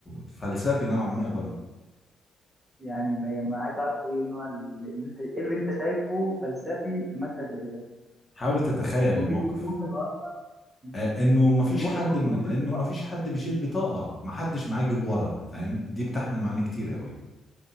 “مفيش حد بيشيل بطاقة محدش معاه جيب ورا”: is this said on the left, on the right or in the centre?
Left